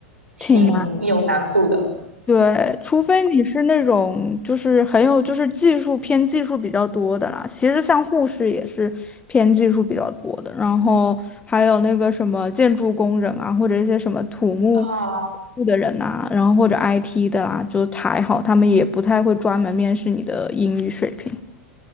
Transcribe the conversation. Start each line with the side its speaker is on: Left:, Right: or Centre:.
Right: 挺有难度的。
Left: 挺难。对，除非你是那种就是很有就是技术偏技术比较多的啦，其实像护士也是偏技术比较多的，然后还有那个什么建筑工人啊，或者一些什么土木。
Right: 啊。
Left: 部的人呐、然后或者 IT 的啦、就还好，他们也不太会专门面试你的英语水平。